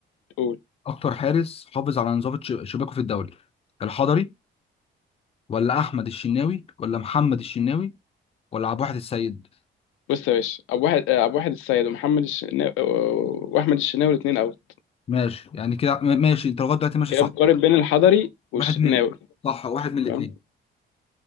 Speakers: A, on the left (about 90°); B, on the left (about 30°).
A: قول
B: اكتر حارس حافظ على نظافة ش- شباكه في الدوري الحضري ولا احمد الشناوي ولا محمد الشناوي ولا عبد الواحد السيد
A: بص يا باشا ابو واحد آه، ابو واحد السيد ومحمد الشناوي واحمد الشناوي الاثنين اوت
B: ماشي يعني كده م- ماشي انت لغايه دلوقتي ماشي
A: كده
B: صح
A: بتقارن بين الحضري والشناوي
B: واحد من ال- صح واحد من الاثنين
A: تمام